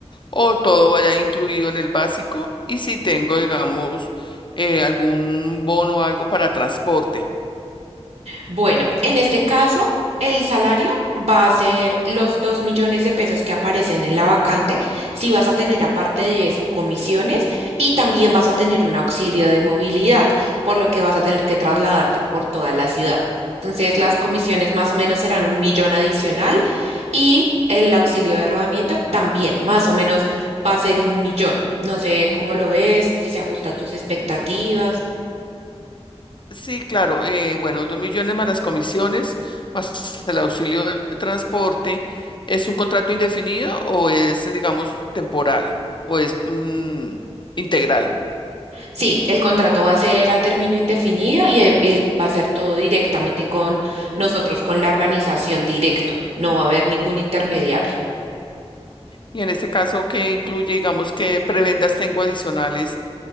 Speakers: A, on the left; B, on the right.
A: o todo vaya incluido en el básico y si tengo, digamos, eh, algún bono o algo para transporte.
B: Bueno, en este caso, el salario va a ser los dos millones de pesos que aparecen en la vacante. Si vas a tener aparte de eso comisiones y también vas a tener un auxilio de movilidad, por lo que vas a tener que trasladarte por toda la ciudad. Entonces, las comisiones más o menos serán un millón adicional Y el auxilio de rodamiento también, más o menos, va a ser un millón. No sé cómo lo ves, si se ajusta a tus expectativas.
A: Sí, claro. eh, bueno, dos millones más las comisiones, más el auxilio de transporte. ¿Es un contrato indefinido o es, digamos, temporal o es mm, integral?
B: Sí, el contrato va a ser a término indefinido y e- el- va a ser todo directamente con nosotros, con la organización directo. No va a haber ningún intermediario.
A: Y en este caso, ¿qué incluye, digamos, qué prebendas tengo adicionales